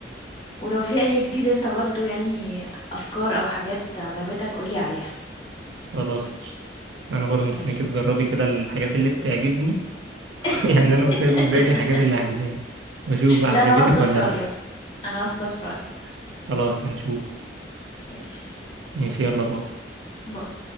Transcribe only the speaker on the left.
ولو في اي جديد انت برضو يعني افكار او حاجات عجبتك قولي عليها
ماشي
<laughs>
لا
انا واثقة
في رأيك
انا واثقة في رأيك
ماشي
باي